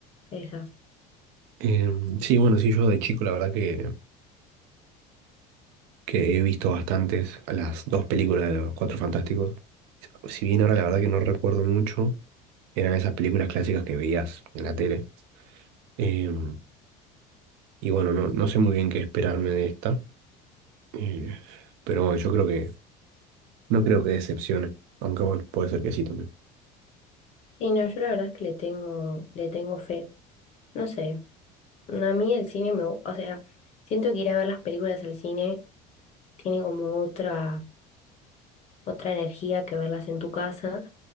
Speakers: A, on the left; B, on the right.
A: esas.
B: Em, sí, bueno, sí, yo de chico la verdad que, que he visto bastantes, las dos películas de los Cuatro Fantásticos. Si bien ahora la verdad que no recuerdo mucho, eran esas películas clásicas que veías en la tele. Em, y bueno, no, no sé muy bien qué esperarme de esta, eh, pero bueno, yo creo que no creo que decepcione, aunque bueno, puede ser que sí también.
A: Y no, yo la verdad es que le tengo, le tengo fe. No sé, a mí el cine me, gu- o sea, siento que ir a ver las películas al cine tiene como otra, otra energía que verlas en tu casa.